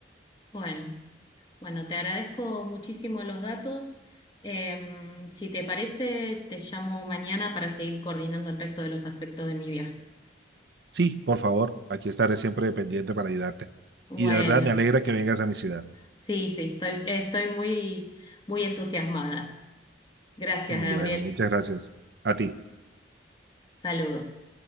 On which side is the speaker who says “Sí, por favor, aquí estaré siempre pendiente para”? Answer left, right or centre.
Right